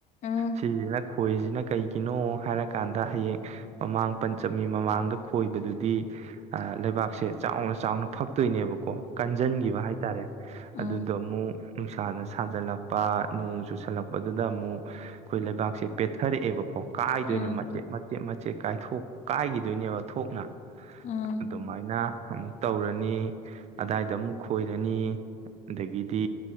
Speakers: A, on the left; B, on the right.
A: ꯎꯝ
B: ꯁꯤꯖꯤꯅ ꯈꯣꯏꯔꯤꯖꯤꯅ ꯀꯩꯒꯤꯅꯣ ꯍꯥꯏꯔꯀꯥꯟꯗ ꯍꯌꯦꯡ ꯃꯃꯥꯡ ꯄꯟꯆꯝꯃꯤ ꯃꯃꯥꯡꯗ ꯈꯣꯏꯕꯗꯨꯗꯤ ꯑꯥ ꯂꯩꯕꯥꯛꯁꯦ ꯆꯥꯎꯅ ꯆꯥꯎꯅ ꯐꯛꯇꯣꯏꯅꯦꯕꯀꯣ ꯀꯟꯖꯟꯒꯤꯕ ꯍꯥꯏꯇꯥꯔꯦ
A: ꯎꯝ ꯎꯝ
B: ꯑꯗꯨꯗꯣ ꯑꯃꯨꯛ ꯅꯨꯡꯁꯥꯅ ꯁꯥꯖꯜꯂꯛ ꯄ ꯅꯣꯡ ꯆꯨꯁꯜꯂꯛꯄꯗꯨꯗ ꯑꯃꯨꯛ ꯑꯩꯈꯣꯏ ꯂꯩꯕꯥꯛꯁꯦ ꯄꯦꯊꯔꯛꯑꯦꯕ ꯑꯣ ꯀꯥꯏꯗꯣꯏꯅꯤ
A: ꯎꯝ
B: ꯃꯆꯦꯠ ꯃꯆꯦꯠ ꯃꯆꯦꯠ ꯃꯆꯦꯠ ꯀꯥꯏꯊꯣꯛ ꯀꯥꯏꯒꯤꯗꯣꯏꯅꯦꯕ ꯊꯣꯛꯅ
A: ꯎꯝ
B: ꯑꯗꯨꯃꯥꯏꯅ ꯍꯃꯨꯛ ꯇꯧꯔꯅꯤ ꯑꯗꯥꯏꯗ ꯑꯃꯨꯛ ꯈꯣꯏꯔꯅꯤ ꯑꯗꯒꯤꯗꯤ